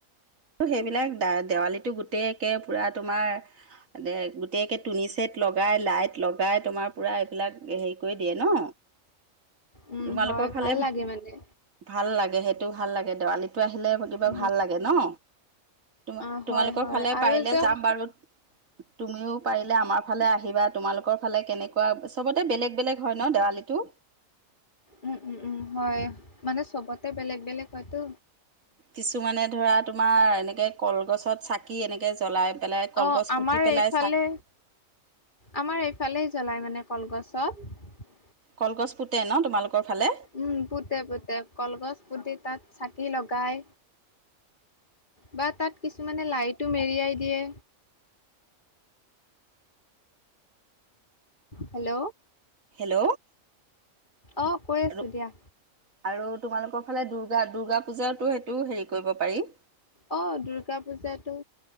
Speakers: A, on the right (about 75°); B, on the left (about 35°).
A: সেইবিলাক দেৱালীটো গোটেই একে পুৰা তোমাৰ দে গোটেইকে তুনিচেট লগাই লাইট লগাই তোমাৰ পুৰা এইবিলাক হেৰি কৰি দিয়ে ন?
B: উম
A: তোমালোকৰ
B: হয়
A: ফালে
B: ভাল লাগে মানে
A: <inaudible> ভাল লাগে সেই টো ভাল লাগে দেৱালীটো আহিলে কিবা
B: উম
A: ভাল লাগে ন? তোমা
B: অ
A: তোমালোকৰ
B: হয় হয়
A: ফালে পাৰিলে
B: আৰু যে
A: যাম বাৰু। তুমিও পাৰিলে আমাৰ ফালে আহিবা তোমালোকৰ ফালে কেনেকুৱা চবতে বেলেগ বেলেগ হয় ন দে কালিটো
B: উম উম উম হয় মানে চবতে বেলেগ বেলেগ হয়তো।
A: কিছুমানে ধৰা তোমাৰ এনেকে কলগছত চাকি এনেকে জ্বলাই পেলাই কলগছ
B: অ', আমাৰ
A: পুতি পেলাই
B: এইফালে
A: চাকি <inaudible>
B: আমাৰ এইফালেই জ্বলায় মানে কলগছত।
A: কলগছ পুতে ন তোমালোকৰ? ফালে
B: উম পুতে পুতে, কলগছ পুতি তাত চাকি লগাই বা তাত কিছুমানে লাইট টো মেৰিয়াই দিয়ে। হেল্ল'।
A: হেল্ল'।
B: অঁ কৈ আছো
A: আৰু
B: দিয়া।
A: আৰু তোমালোকৰ ফালে দূৰ্গা দূৰ্গা পূজা সেইটো হেৰি কৰিব পাৰি।
B: অঁ দুৰ্গা পূজাটো